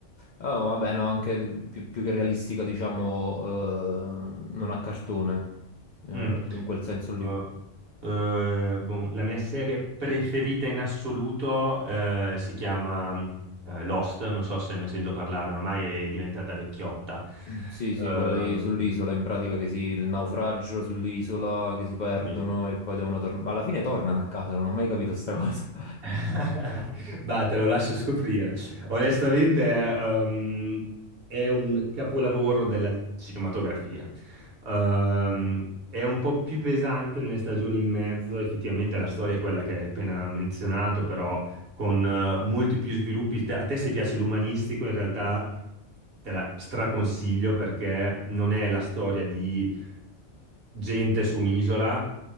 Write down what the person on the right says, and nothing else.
Mm.
Eh, eh, boh, la mia serie preferita in assoluto eh, si chiama eh, Lost, non so se mi hai sentito parlare, ormai è diventata vecchiotta.
Ehm,
sì.
<laughs> Bah, te lo lascio scoprire. Onestamente, è ehm, è un capolavoro della cinematografia. Ehm, è un po' più pesante nelle stagioni in mezzo, effettivamente la storia è quella che hai appena menzionato, però con eh, molti più sviluppi. Te- a te se piace l'umanistico, in realtà te la straconsiglio perché non è la storia di gente su un'isola